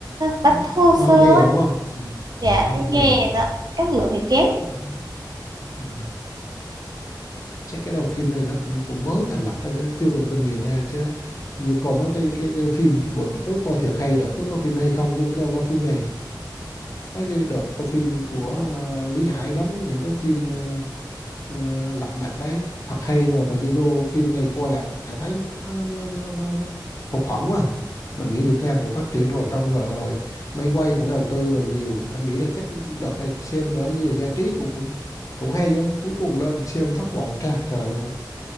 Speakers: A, on the right; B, on the left.
A: bắt
B: Ừ.
A: thô sơ
B: nó hơi nhè
A: quá
B: đúng không ừ. Ừ,
A: dạ
B: nó hơi
A: hay
B: nhè
A: nghe nó chất lượng thì kém
B: Đấy. ừ. chắc cái đầu phim này nó cũng cũng mới thành lập thôi chứ chưa có kinh nghiệm hay chứ như còn mấy cái cái, cái phim bữa trước coi thiệt hay đợt trước có phim hay không chứ đâu có phim này mấy cái đợt coi phim của ờ, Lý Hải đóng những cái phim ờ, ờ, lật mặt đấy thật hay mà tự nhiên vô phim này coi lại lại thấy nó, nó, nó, nó hụt hẫng quá mình nghĩ Việt Nam cũng phát triển rồi công nghệ rồi máy quay cũng đầu tư đồ nhiều anh nghĩ là chắc đợt này xem đỡ về giải trí cũng cũng cũng hay chứ cuối cùng lên xem thất vọng tràn trề luôn